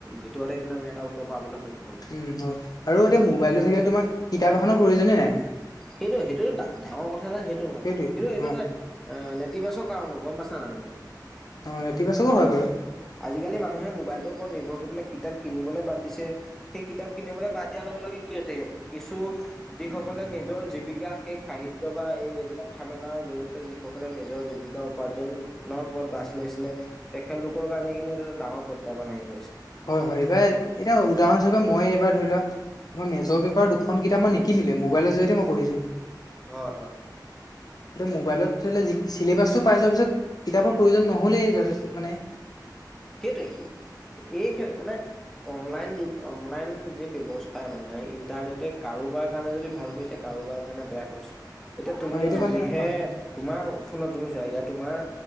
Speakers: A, in the centre; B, on the left (about 55°).
A: ভিতৰতে কিন্তু আমি এটা উত্তৰ পাবলৈ সক্ষম
B: উম হয় আৰু এতিয়া মোবাইলটো থাকিলে তোমাক কিতাপ এখন প্ৰয়োজনে নাই
A: সেইটো সেইটোটো ডা ডাঙৰ কথা এটা সেইটো নহয়
B: সেইটোৱে
A: কিন্তু সেইটো
B: অ
A: এটা এ নেতিবাচক কাৰণ গম পাইছা নাই তুমি
B: অ নেতিবাচকো হয় বাৰু
A: আজিকালি মানুহে মোবাইলটোৰ ওপৰত নিৰ্ভৰ কৰি পেলাই কিতাপ কিনিবলে বাদ দিছে সেই কিতাপ কিনিবলে বাদ দিয়া লগে লগে কি হৈছে কিছু যিসকলে নিজ নিজৰ জীৱিকা সেই সাহিত্য বা এই লেখা মেলাৰ জৰিয়তে যিসকলে নিজৰ জীৱিকা উপাৰ্জন ন পথ বাছি লৈছিলে তেখেতলোকৰ কাৰণে কিন্তু এইটো ডাঙৰ প্ৰত্যাহ্বান আহি গৈছে
B: হয় হয় এইবাৰ এতিয়া উদাহৰণস্বৰূপে মই এইবাৰ ধৰি লোৱা তোমাৰ মেজৰ পেপাৰ দুখন কিতাপ মই নিকিনিলোৱে মোবাইলৰ জৰিয়তে মই পঢ়িছোঁ
A: হয় হয়
B: <unintelligible> এতিয়া মোবাইলত ধৰি লোৱা ছিলেভাছটো পাই যোৱাৰ পিছত কিতাপৰ প্ৰয়োজন নহ'লেই যথেষ্ট মানে
A: সেইটোৱে সে সেইকাৰণে মানে অনলাইন-অনলাইন যি ব্যৱস্থাই মানে, ইণ্টাৰনেটে কাৰোবাৰ কাৰণে যদি ভাল কৰিছে, কাৰোবাৰ কাৰণে বেয়া কৰিছে, এতিয়া তুমি
B: হয় এইটো
A: যদিহে
B: মানে হয়
A: তোমাৰ শুনা তুমি চোৱা এতিয়া, তোমাৰ